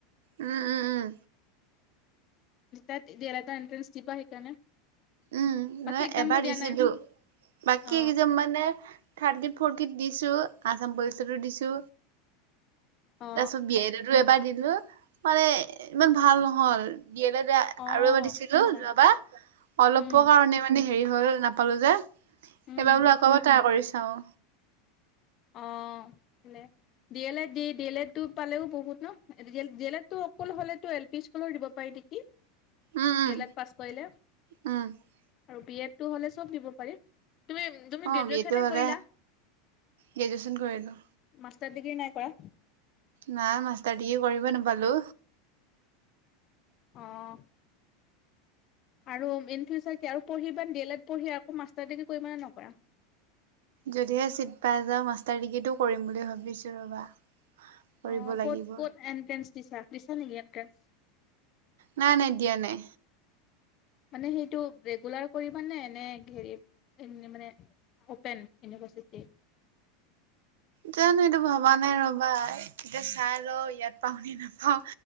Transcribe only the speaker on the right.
উম উম উম।
উম
ন
এবাৰ
দিছিলো
বাকী
কেইজন মানে থাৰ্টি ফৰ্টি দিছো আসাম পুলিচতো দিছো
তাৰ পিছত বি এড টো এবাৰ দিছো। মানে ইমান ভাল নহল। দিয়ে ন
আৰু মাতিছিলো
যোৱাবা। অলপৰ
কাৰণে মানে হেৰি হল নাপালো যে এইবাৰ
বোলো আকৌ এবাৰ ট্ৰাই কৰি চাও।
উম উম
উম
অ
বি এটো হলে
গ্ৰেজুৱেচন কৰিলো।
নাই মাষ্টাৰ ডিগ্ৰী কৰিব নাপালো।
যদিহে চিট পাই যাওঁ মাষ্টাৰ ডিগ্ৰীটো কৰিম বুলি ভাবিছো ৰবা। কৰিব
লাগিব।
নাই নাই দিয়া নাই।
জানো এইটো ভবা নাই ৰবা এতিয়া চাই ল ইয়াত পাও নে নাপাও